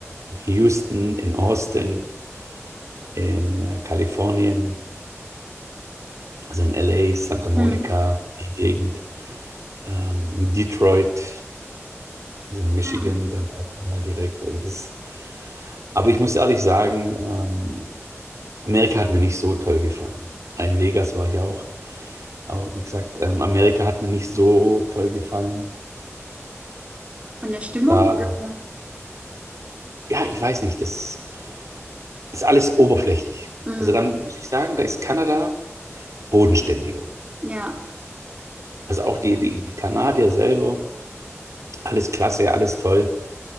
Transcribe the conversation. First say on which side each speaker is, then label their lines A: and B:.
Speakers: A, on the right; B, on the right.
A: Houston, in Austin, in äh, Kalifornien, also in LA, Santa Monica,
B: Mhm.
A: die Gegend, ähm, in Detroit, also in Michigan,
B: Ja.
A: dann auch nochmal direkt. Also das Aber ich muss ehrlich sagen, ähm, Amerika hat mir nicht so toll gefallen. In Vegas war ich auch. Aber wie gesagt, ähm, Amerika hat mir nicht so toll gefallen.
B: Von der Stimmung.
A: Da,
B: würde
A: ja, ich weiß nicht, das ist alles oberflächlich.
B: Mhm.
A: Also da muss ich sagen, da ist Kanada bodenständiger.
B: Ja,
A: Also auch die, die, die Kanadier selber, alles klasse, alles toll.